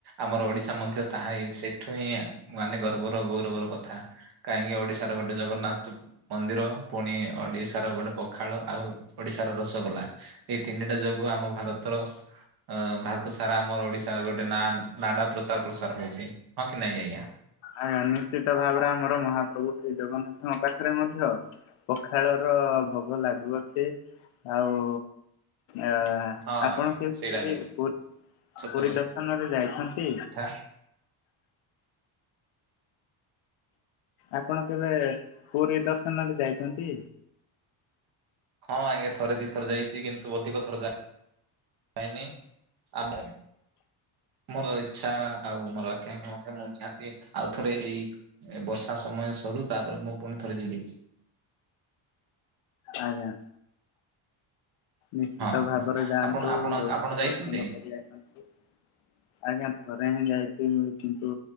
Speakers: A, on the right (about 50°); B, on the left (about 85°).
A: ଆମର ଓଡିଶା ମଧ୍ୟ ତାହାଇ ସେ ଠୁ ହିଁ ମାନେ ଗର୍ବର ଗୌରବର କଥା କାହିଁକି ଓଡିଶାର ଗୋଟେ ଜଗନ୍ନାଥ ମନ୍ଦିର, ପୁଣି ଓଡିଶାର ଗୋଟେ ପଖାଳ, ଆଉ ଓଡିଶାର ରସଗୋଲା। ଏଇ ତିନିଟା ଯୋଗୁ ଆମ ଭାରତର ଭାରତ ସାରା ଆମର ଓଡିଶାର ଗୋଟେ ନା ନାଁ ଟା ପ୍ରଚାର ପ୍ରସାର ହଉଛି। ହଁ କି ନା ଆଜ୍ଞା?
B: ଆଜ୍ଞା ନିଶ୍ଚିତ ଭାବରେ ଆମର ମହାପ୍ରଭୁ ଶ୍ରୀ ଜଗନ୍ନାଥଙ୍କ ପାଖରେ ମଧ୍ୟ ପଖାଳ ର ଭୋଗ ଲାଗୁଅଛି ଆଉ ଆ
A: ହଁ
B: ଆପଣ
A: ଆଜ୍ଞା
B: କେବେ
A: ସେଇଟା
B: ପୁରୀ,
A: ବି ସତ
B: ପୁରୀ ଦର୍ଶନ ରେ ଯାଇଛନ୍ତି?
A: କଥା।
B: ଆପଣ କେବେ ପୁରୀ ଦର୍ଶନରେ ଯାଇଛନ୍ତି?
A: ହଁ ଆଜ୍ଞା ଥରେ ଦି ଥରେ ଯାଇଛି କିନ୍ତୁ ଅଧିକ ଥର ଯାଇ କାଇନି ଆମ ମୋର ଇଚ୍ଛା ଆଉ ମୋର ଆକାକ୍ଷ୍ୟା ମୁଁ ନିହାତି ଆଉ ଥରେ ଏଇ ଏ ବର୍ଷା ସମୟ ସରୁ ତାପରେ ମୁଁ ପୁଣି ଥରେ ଯିବି।
B: ଆଜ୍ଞା। ନିଶ୍ଚିତ
A: ହଁ
B: ଭାବରେ
A: ହଁ
B: ଯାଆନ୍ତୁ
A: ଆପଣ ଆପଣ
B: ଜଗନ୍ନାଥଙ୍କୁ
A: ଆପଣ ଯାଇଛନ୍ତି?
B: ଦର୍ଶନ କରି ଆସନ୍ତୁ। ଆଜ୍ଞା ଥରେ ହିଁ ଯାଇଛି ମୁ କିନ୍ତୁ